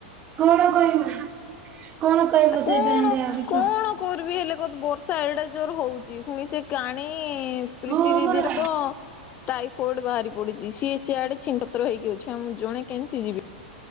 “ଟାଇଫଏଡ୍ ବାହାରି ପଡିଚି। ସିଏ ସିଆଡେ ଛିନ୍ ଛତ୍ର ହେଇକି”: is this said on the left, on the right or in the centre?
Left